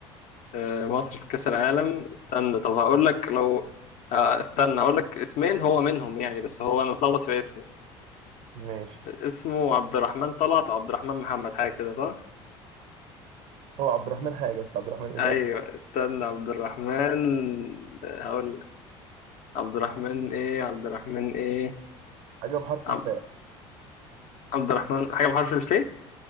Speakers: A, on the left; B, on the right.
A: آه، مصر في كأس العالم استنى طب هقول لك لو آه، استنى هقول لك اسمين هو منهم يعني بس هو انا متلخبط في اسمه
B: ماشي
A: اسمه عبد الرحمن طلعت أو عبد الرحمن محمد حاجة كده صح؟
B: هو عبد الرحمن حاجه بس عبد الرحمن ايه
A: ايوه
B: بقى
A: استنى عبد الرحمن هقول لك عبد الرحمن ايه عبد الرحمن ايه
B: حاجه بحرف
A: عبد,
B: الفاء
A: عبد الرحمن حاجة بحرف الف